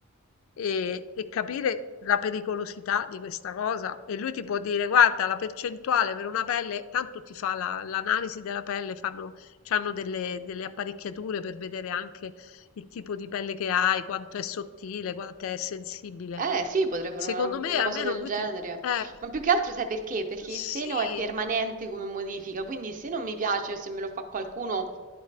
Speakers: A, on the left; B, on the right.
A: e, e capire la pericolosità di questa cosa. E lui ti può dire: guarda, la percentuale per una pelle, tanto ti fa la- l'analisi della pelle, fanno, c'hanno delle, delle apparecchiature per vedere anche il tipo di pelle che hai, quanto è sottile, quanto è sensibile.
B: Eh sì, potrei fare
A: Secondo
B: una, ro-
A: me,
B: una
A: almeno
B: cosa del
A: lui
B: genere.
A: ti... Eh,
B: Ma più che altro sai perché? Perché
A: sì,
B: il seno è permanente come modifica, quindi se non mi piace o se me lo fa qualcuno,